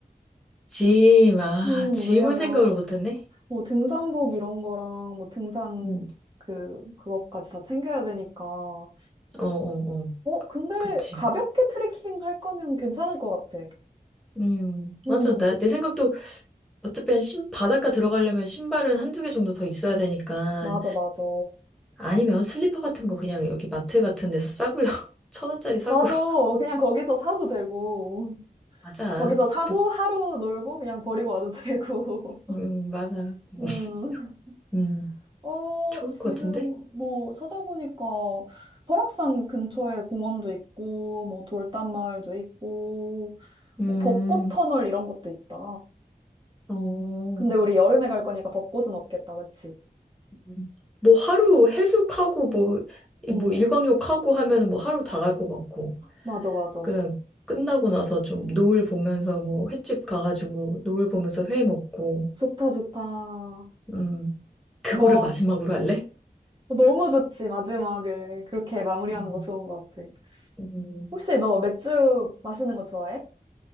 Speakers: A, in the centre; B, on the right.
A: 짐, 아,
B: 음,
A: 짐을
B: 왜냐면,
A: 생각을 못했네?
B: 뭐 등산복 이런 거랑 뭐 등산
A: 음.
B: 그, 그것까지 다 챙겨야 되니까. 어,
A: 어, 어, 어.
B: 근데
A: 그치.
B: 가볍게 트레킹 할 거면 괜찮을 것 같아.
A: 음,
B: 음,
A: 맞아. 나, 내 생각도 어차피 한 신, 바닷가 들어가려면 신발은 한두 개 정도 더 있어야 되니까.
B: 맞아, 맞아.
A: 아니면 슬리퍼 같은 거 그냥 여기 마트 같은 데서 싸구려. <laughs> 천 원짜리 사고.
B: 맞아.
A: <laughs>
B: 그냥 거기서 사도 되고,
A: 맞아.
B: 거기서 사고
A: 어차피,
B: 하루 놀고 그냥 버리고 와도 되고.
A: 음, 맞아. <laughs>
B: <laughs> 음.
A: 음,
B: 어,
A: 좋을
B: 지금
A: 것 같은데?
B: 뭐 찾아보니까 설악산 근처에 공원도 있고, 뭐 돌담마을도 있고,
A: 음,
B: 뭐 벚꽃 터널 이런 것도 있다.
A: 어.
B: 근데 우리 여름에 갈 거니까 벚꽃은 없겠다, 그치?
A: 음. 뭐 하루 해수욕하고 뭐, 이-
B: 응,
A: 뭐 일광욕하고 하면 뭐 하루 다 갈 것 같고.
B: 맞아, 맞아.
A: 그냥 끝나고 나서 좀 노을 보면서 뭐 횟집 가가지고 노을 보면서 회 먹고.
B: 좋다, 좋다.
A: 음. 그거를
B: 뭐,
A: 마지막으로 할래?
B: 너무 좋지, 마지막을. 그렇게 마무리하는
A: 음.
B: 거 좋은 것 같아.
A: 음.
B: 혹시 너 맥주 마시는 거 좋아해?